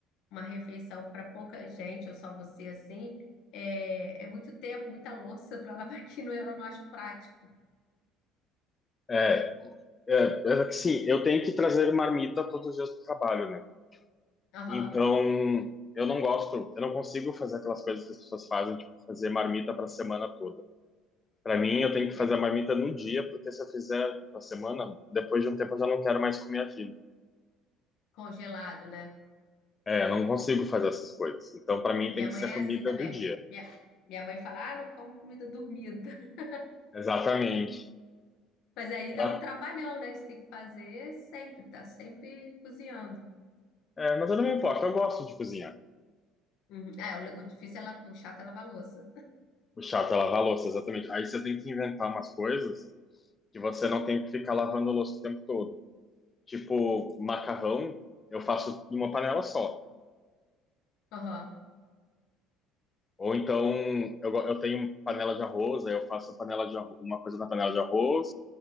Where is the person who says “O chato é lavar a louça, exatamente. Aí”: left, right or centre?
Left